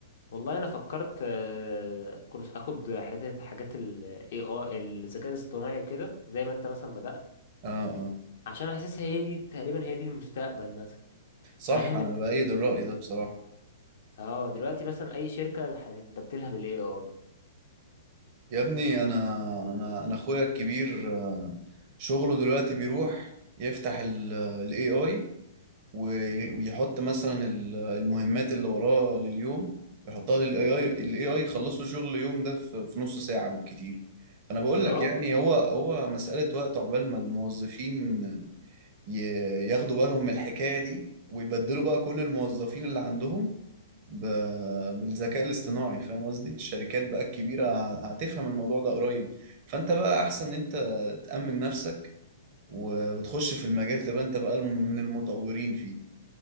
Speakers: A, on the left; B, on the right.
A: والله انا فكرت آه، كورس اخد حتة حاجات الاي اي الذكاء الاصطناعي وكده زي ما انت مثلا بدأت
B: اه اه
A: عشان حاسسها هي دي تقريبا هي دي المستقبل مثلا
B: صح
A: فاهم
B: انا
A: انت
B: بأيد الرأي ده بصراحة
A: اه دلوقتي مثلا اي شركة هتتبدلها بالاي اي
B: يا ابني انا انا انا اخويا الكبير آه، شغله دلوقتي بيروح يفتح الاي اي وي- ويحط مثلا ال- المهمات اللي وراه لليوم يحطها للاي اي الاي اي يخلصوا شغل اليوم ده في في نص ساعة بالكتير فانا بقول
A: يا
B: لك
A: راجل
B: يعني هو هو مسألة وقت عقبال ما الموظفين ي- ياخدوا بالهم من الحكاية دي ويبدلوا بقى كل الموظفين اللي عندهم ب... بالذكاء الاصطناعي فاهم قصدي الشركات بقى الكبيرة هتفهم الموضوع ده قريب فانت بقى احسن ان انت تأمن نفسك و- وتخش في المجال تبقى انت بقى الم- من المطورين فيه